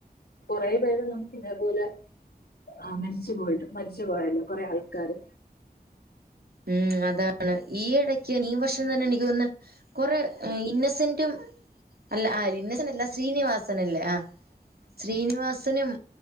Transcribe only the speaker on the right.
ഉം അതാണ് ഈ ഇടയ്ക് ഇനി വർഷം തന്നെ എനിക്ക് തേന്നുന്ന കുറെ ഇന്നസെന്റും അല്ല ആഹ് ഇന്നസെന്റ് അല്ല ശ്രീനിവാസന അല്ലേ ആഹ് ശ്രീനിവാസനും